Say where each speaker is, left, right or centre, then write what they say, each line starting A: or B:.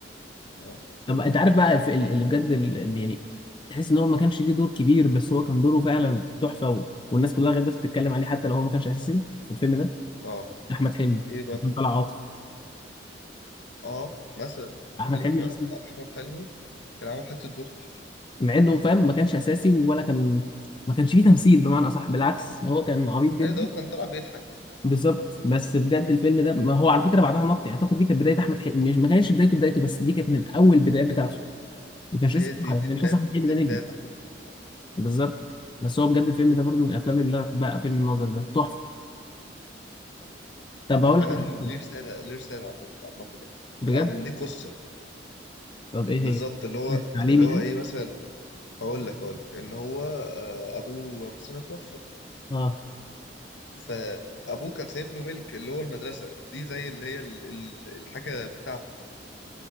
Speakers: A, on the left; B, on the left.
A: اه
B: طب انت عارف بقى الف- اللي بجد اللي يعني تحس ان هو ما كانش ليه دور كبير بس هو كان دوره فعلا تحفه و... والناس كلها غير تتكلم عليه حتى لو هو ما كانش اساسي في الفيلم ده
A: اه
B: احمد حلمي
A: ايه بقى فيلم
B: كان طلع عاطف
A: اه مثلا
B: احمد
A: فيلم
B: حلمي
A: احمد
B: أصلاً
A: احمد حلمي كان عامل حته دور تحفه
B: مع انه فاهم ما كانش اساسي ولا كان ما كانش فيه تمثيل بمعنى اصح بالعكس هو كان عبيط جدا
A: ايوه ده هو كان طلع بيضحك
B: بالظبط بس بجد الفيلم ده ما هو على فكره بعدها نط يعني اعتقد دي كانت بدايه احمد حلمي مش ما كانش بدايته بدايته بس دي كانت من اول البدايات بتاعته ما كانش
A: هي
B: اسمه
A: دي
B: ما
A: دي
B: كانش
A: بدايه
B: لسه احمد
A: دي
B: حلمي ده
A: بدايه
B: نجم
A: احمد حلمي
B: بالظبط بس هو بجد الفيلم ده برضو من الافلام اللي انا بحبها فيلم الناظر ده تحفه طب
A: وكمان
B: اقول لك على
A: ليه
B: حاجة
A: رساله ليه رساله على فكره عامه يعني
B: بجد
A: او ليه قصه يعني.
B: طب ايه
A: بالظبط
B: هي
A: اللي هو
B: تعليم
A: اللي
B: يعني
A: هو ايه مثلا هقول لك هقول لك ان هو آه، ابوه مثلا اتوفى
B: اه
A: فابوه كان سايب له ملك اللي هو المدرسه دي زي اللي هي ال- ال- الحاجه بتاعته